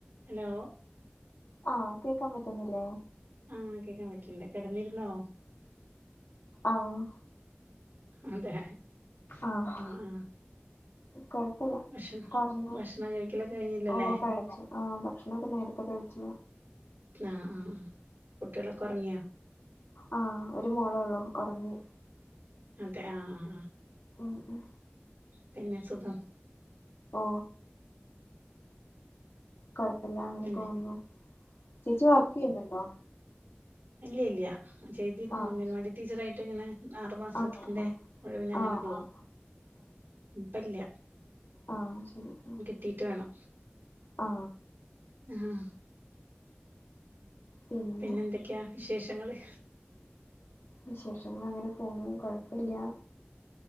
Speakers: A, on the right; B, on the left.
A: Hello
B: ആഹ് കേക്കാൻ പറ്റുന്നില്ലേ
A: ആഹ് കേക്കാൻ പറ്റ്ണ്ട് കെടന്നിരുന്നോ
B: ആഹ്
A: അതെ
B: ആഹ്
A: ആ ആ
B: കൊഴപ്പില്ല
A: ഭക്ഷണം
B: പറഞ്ഞോ
A: ഭക്ഷണ കഴിക്കലൊന്നു കഴിഞ്ഞില്ലല്ലേ
B: ഓ കഴിച്ചു ആഹ് ഭക്ഷണൊക്കെ നേരത്തെ കഴിച്ചു
A: ആഹ് ആഹ് കുട്ട്യോളൊക്കെ ഒറങ്ങ്യോ
B: ആ ഒരു മോളേള്ളു ഒറങ്ങി
A: അതെ ആ ആ ആ
B: ഉം ഉം
A: പിന്നെ സുഖം
B: ഓ കുഴപ്പമില്ല അങ്ങനെ
A: പിന്നെ
B: പോകുന്നു ചേച്ചി വർക്ക് ചെയ്യുന്നുണ്ടോ?
A: അല്ല ഇല്ല ചെയ്തിരുന്നു
B: ആഹ്
A: അങ്കനെവാടി ടീച്ചറായിട്ട് ഇങ്ങനെ ആറു മാസത്തിന്റെ
B: ആഹ് ആഹ്
A: ഒഴിവിന് അങ്ങനെ
B: ആഹ്
A: പോവും
B: ആഹ്
A: ഇപ്പല്ല.
B: ആ ശരി എന്ന
A: കിട്ടീയിട്ട് വേണം
B: ആ
A: ആഹ്
B: പിന്നെ
A: പിന്നെന്തക്ക്യാ വിശേഷങ്ങള്
B: വിശേഷങ്ങളങ്ങനെ പോന്നു കൊഴപ്പ്ല്ല്യാ